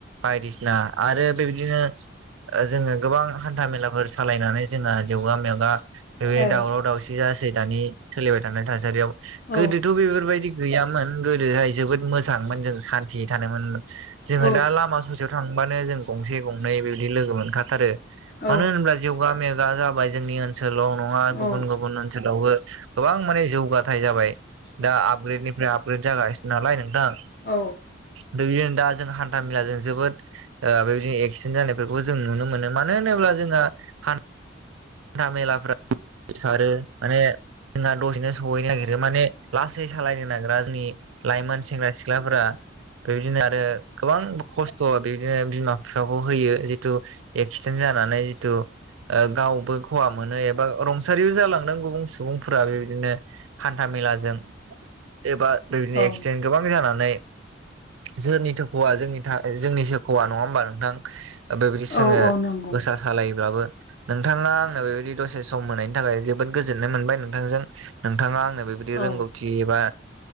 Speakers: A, on the right; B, on the left.
A: बायदिसिना आरो बेबायदिनो जोङो गोबां हान्था मेलाफोर सालायनानै जोंहा जौगा मेगा बे
B: औ
A: दावराव दावसि जासै दानि सोलिबाय थानाय थासारियाव
B: औ
A: गोदोथ' बेफोरबायदि गैयामोन गोदोहाय जोबोद मोजांमोन जों सान्थियै थानो जोङो
B: औ
A: दा लामा ससेयाव थांबानो जों गंसे गंनै बेबादि लोगो मोनखाथारो
B: औ
A: मानो होनोब्ला जौगा मेगा जाबाय जोंनि ओनसोलाव नङा
B: औ औ
A: गुबुन गुबुन ओनसोलावबो गोबां माने जौगाथाय जाबाय दा आपग्रेडनिफ्राय आपग्रेड जागासिनो नालाय नोंथां
B: औ
A: बिदिनो दा जों हान्था मेला जों जोबोद बेबायदिनो एक्सिडेन्ट जानायफोरखौ जों नुनो मोनो मानो होनोब्ला जोंहा हान हान्था मेलाफ्रा सारो माने जोंना दसेनो सहैनो नागिरो माने लासै सालायनो नागिरा जोंनि लाइमोन सेंग्रा सिख्लाफोरा बेबायदिनो आरो गोबां खस्थ' स'आ बिदिनो बिमा बिफाखौ होयो जितु एक्सिडेन्ट जानानै जिथु गावबो खहा मोनो एबा रं थासारियाव जालांदों गुबुन सुबुंफोरा बेबायदिनो हान्था मेलाजों एबा बेबायदिनो
B: औ
A: एक्सिडेन्ट गोबां जानानै सोरनिथो खहा जोंनि जोंनि सोरोखौ नङा होमबा नोंथां बेबायदि
B: औ
A: सोङो
B: औ नंगौ
A: गोसा सालायोब्लाबो नोंथाङा आंनो बेबायदि दसे सम होनाय थाखाय जोबोद गोजोन्नाय मोनबाय नोंथांजों नोंथाङा आंनो बेबायदि
B: औ
A: रोंगौथि एबा